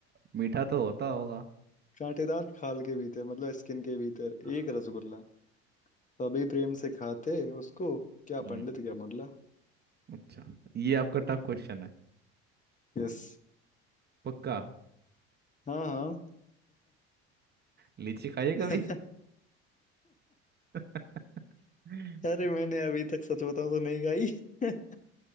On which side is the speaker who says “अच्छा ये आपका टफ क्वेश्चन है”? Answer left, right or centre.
Right